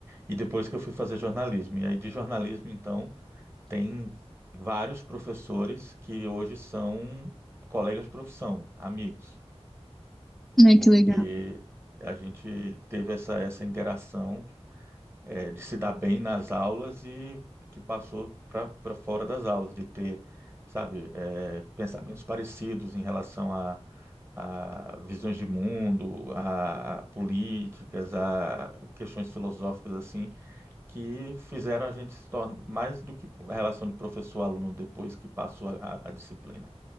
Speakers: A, on the right (about 25°); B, in the centre.
A: e depois que eu fui fazer jornalismo. E aí de jornalismo, então, tem vários professores que hoje são colegas de profissão, amigos,
B: Ai,
A: porque
B: que legal.
A: a gente teve essa, essa interação é, de se dar bem nas aulas e que passou para fora das aulas, de ter, sabe, é, pensamentos parecidos em relação a, a visões de mundo, a, a políticas, a questões filosóficas assim, que fizeram a gente se tornar mais do que a relação de professor-aluno depois que passou a, a disciplina.